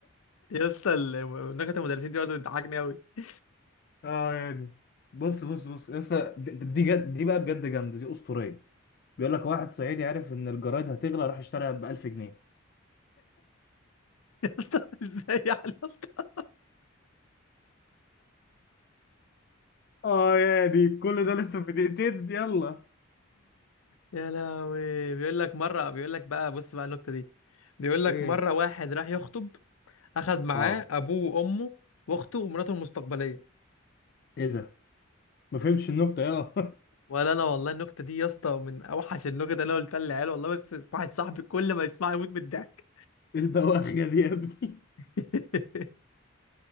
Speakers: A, on the left; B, on the left.
A: يا اسطى ال- نكت المدرسين دي برضه بتضحكني قوي <laughs>
B: <laughs> اه يعني بص بص بص يا اسطى دي دي جد دي بقى بجد جامده دي اسطوريه بيقول لك واحد صعيدي عرف ان الجرايد هتغلى راح اشتريها ب 1000 جنيه
A: يا اسطى ازاي يعني يا اسطى
B: اه يعني كل ده لسه في دقيقتين يلا
A: يا لهوي بيقول لك مرة بيقول لك بقى بص بقى النكتة دي بيقول لك
B: ايه
A: مرة واحد راح يخطب أخد معاه
B: اه
A: أبوه وأمه وأخته ومراته المستقبلية
B: ايه ده ما فهمتش النكته يا
A: ولا أنا والله النكتة دي يا اسطى من أوحش النكت اللي أنا قلتها للعيال والله بس واحد صاحبي كل ما يسمعها يموت من الضحك
B: <laughs> البواخيه دي يا ابني
A: <laughs>